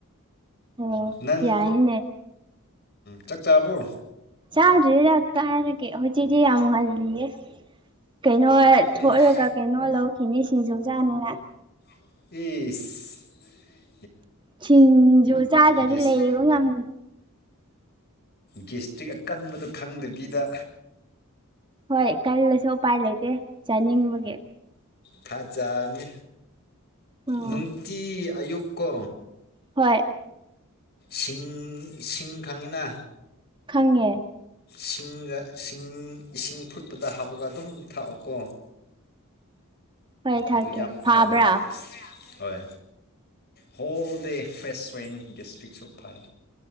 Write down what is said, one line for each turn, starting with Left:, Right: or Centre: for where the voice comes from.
Right: ꯑꯣ
Left: ꯅꯪ
Right: ꯌꯥꯏꯌꯦꯅꯦ
Left: ꯆꯥꯛ ꯆꯥꯕꯣ
Right: ꯆꯥꯗꯔꯤꯗ ꯀꯥꯏꯗꯒꯤ ꯍꯧꯖꯤꯛꯗꯤ ꯌꯥꯝ ꯉꯜꯂꯤꯌꯦ ꯀꯩꯅꯣ ꯊꯣꯛꯂꯒ
Left: ꯏꯁ
Right: ꯀꯩꯅꯣ ꯂꯧꯈꯤꯅꯤ ꯁꯤꯡꯖꯨ ꯆꯥꯅꯤꯡꯉꯥꯏ
Left: ꯏꯤꯁ
Right: ꯁꯤꯡꯖꯨ ꯆꯥꯗ꯭ꯔꯗꯤ
Left: ꯒꯦꯁ
Right: ꯂꯩꯕ ꯉꯝ
Left: ꯒꯦꯁꯇ꯭ꯔꯤꯛ ꯑꯀꯟꯕꯗ ꯈꯪꯗꯕꯤꯗ
Right: ꯍꯣꯏ ꯀꯥꯜꯂꯥꯁꯨ ꯎꯄꯥꯏ ꯂꯩꯇꯦ ꯆꯥꯅꯤꯡꯕꯒꯤ
Left: ꯊꯥꯖꯅꯤ
Right: ꯎꯝ
Left: ꯅꯨꯡꯇꯤ ꯑꯌꯨꯛꯀꯣ
Right: ꯍꯣꯏ
Left: ꯁꯤꯡ ꯁꯤꯡ ꯈꯪꯉꯤꯅ
Right: ꯈꯪꯉꯦ
Left: ꯁꯤꯡꯒ ꯁꯤꯡ ꯏꯁꯤꯡ ꯐꯨꯠꯄꯗ ꯍꯥꯞꯄꯒ ꯑꯗꯨꯝ ꯊꯥꯛꯑꯣꯀꯣ
Right: ꯍꯣꯏ ꯊꯛꯀꯦ
Left: ꯑꯗꯨ ꯌꯥꯝ
Right: ꯐꯥꯕ꯭ꯔꯥ
Left: ꯐꯕꯅꯤ ꯍꯣꯏ ꯍꯣꯜ ꯗꯦ ꯐ꯭ꯔꯦꯁꯋꯦꯟ ꯒꯦꯁꯇ꯭ꯔꯤꯛ ꯁꯨ ꯐꯩ